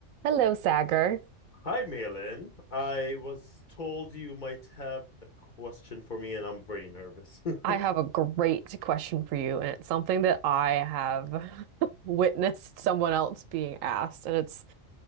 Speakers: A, on the right; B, on the left.
A: Hello, Sagar.
B: Hi, Malin. I was told you might have a question for me, and I'm very nervous. <laughs>
A: I have a great question for you, and it's something that I have <laughs> witnessed someone else being asked, and it's,